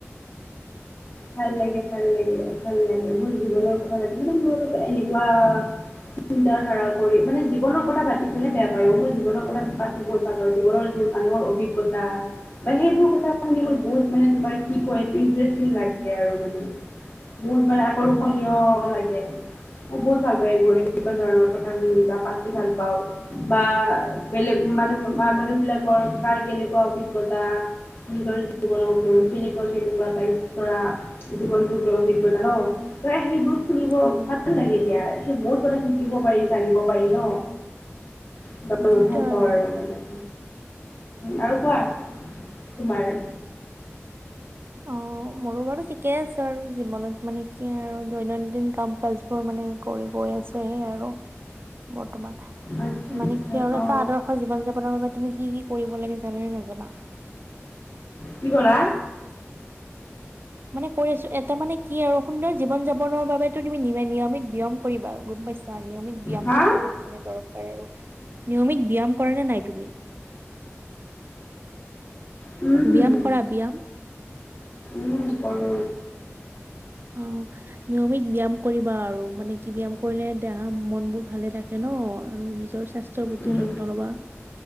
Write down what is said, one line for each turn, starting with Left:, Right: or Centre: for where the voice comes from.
Left: ভাল লাগে, ভাল লাগে, ভাল লাগে, মোৰ জীৱনৰ কথা পাতি, মানে মোৰ অলপ এনেকুৱা- চিন্ত ধাৰা কৰি, মানে জীৱনৰ কথা পাতি কিনে বেয়া পায়, মই জীৱনৰ কথা পাতি- বহুত ভাল পাওঁ, জীৱনৰ মানুহৰ অভিজ্ঞতা বা সেইবোৰ কথা- শুনি
Right: হয়
Left: মোৰ বহুত মানে, তোমাৰ কি কয়, ইন্টাৰেষ্টিং লাগে আৰু মানে, বহুত মানে- সৰুখনীয়
Right: হয় হয়
Left: লাগে আৰু - মই বহুত ভাল পাওঁ, এইবোৰ এনেকুৱা
Right: উম
Left: ধৰণৰ কথা শুনি বা পাতি ভাল পাওঁ বা- বেলেগ
Right: হয়
Left: মানুহ, মানুহ বিলাকৰ কাৰ কেনেকুৱা অভিজ্ঞতা, নিজৰ জীৱনত লৈ
Right: উম
Left: কেনেকুৱা কেনেকুৱা টাইপ ধৰা, জীৱনটোক লৈ অভিজ্ঞতা ন', ধৰা সেইবোৰ শুনিব
Right: হয়
Left: ভাল
Right: হয়
Left: লাগে দিয়া, বহুত কথা শিকিব পাৰি, জানিব পাৰি ন'। <unintelligible> ভাল
Right: উম সেইটো হয়
Left: পাওঁ
Right: বাৰু
Left: আৰু মানে। আৰু কোৱা, তোমাৰ
Right: অ মোৰো বাৰু ঠিকে আছে বাৰু, জীৱনত মানে কি আৰু দৈনন্দিন কাম কাজ তোৰ মানে, কৰি গৈ আছো সেই আৰু। বৰ্তমান,
Left: আচ্ছা
Right: মানে
Left: আচ্ছা
Right: কি আৰু
Left: অ
Right: এটা আদৰ্শ জীৱন যাপনৰ বাবে তুমি কি কৰিব লাগে, জানানে নাজানা?
Left: কি ক'লা?
Right: মানে কৈ আছো, এটা মানে কি আৰু সুন্দৰ জীৱন-যাপনৰ বাবে তুমি নিয়মিত ব্যয়াম কৰিবা, গম পাইছা নিয়মিত ব্যায়ামটো
Left: হা
Right: বহুত মানে দৰকাৰ আৰু, নিয়মিত ব্যয়াম কৰা নে নাই তুমি?
Left: উম
Right: ব্যায়াম কৰা, ব্যায়াম?
Left: উম, কৰো, কৰো।
Right: অ'। নিয়মিত ব্যায়াম কৰিবা আৰু মানে কি ব্যায়াম কৰিলে, দেহা মন বোৰ ভালে থাকে ন আৰু নিজৰ স্বা স্বাস্থ্য প্ৰতি
Left: উম
Right: যত্ন লবা,